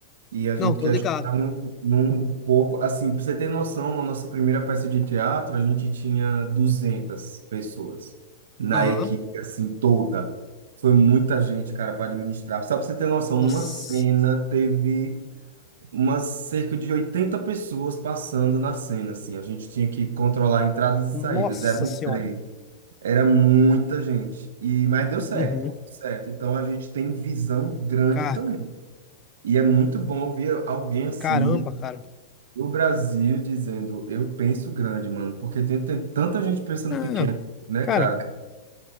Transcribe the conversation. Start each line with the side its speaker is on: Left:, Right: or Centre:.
Right: E a gente
Left: não, tô
Right: quer
Left: ligado.
Right: chegar num, num corpo. Assim, para você ter noção, na nossa primeira peça de teatro, a gente tinha 200 pessoas na
Left: Aham,
Right: equipe, assim, toda. Foi muita gente, cara, para administrar. Só para você ter noção,
Left: nossa.
Right: numa cena teve umas cerca de 80 pessoas passando na cena, assim. A gente tinha que controlar entradas e
Left: Nossa
Right: saídas. Era um
Left: senhora.
Right: trem. Era muita gente. E, mas deu certo,
Left: Uhum.
Right: deu certo. Então a gente tem visão grande
Left: Ca-
Right: também. E é muito bom ouvir alguém assim
Left: Caramba, cara.
Right: o Brasil dizendo, eu penso grande, mano, porque tem, tem tanta gente pensando
Left: Ah,
Right: pequeno, né,
Left: cara,
Right: cara?